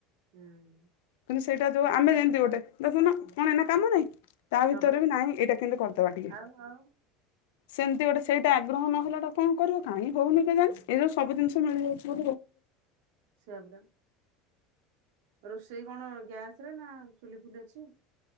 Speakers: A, on the right; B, on the left.
A: ହୁଁ।
B: କିନ୍ତୁ ସେଇଟା ଯ ଆମେ ଯେମିତି ଗୋଟେ - ଦେଖୁନ
A: ହୁଁ
B: କଣ ଏନା କାମ ନାଇଁ ତା
A: ହଁ
B: ଭିତରେ
A: ପରା
B: ବି ନାହିଁ ଏଇଟା କିନ୍ତୁ କରିଦବା ଟିକେ-
A: ଆଉ ଆଉ
B: ସେମିତି ଗୋଟେ ସେଇଟା ଆଗ୍ରହ ନହେଲେ ଏଟା କଣ କରିବ। କାହିକି ହଉନି କେଜାଣି
A: ହୁଁ,
B: ଏଇ ଯଉ ସବୁ ଜିନିଷ ମିଳିଯାଇଛି। <inaudible>
A: ସେଇଆ ପରା ରୋଷେଇ କଣ ଗ୍ୟାସରେ ନା ଚୁଲି ଫୁଲି ଅଛି।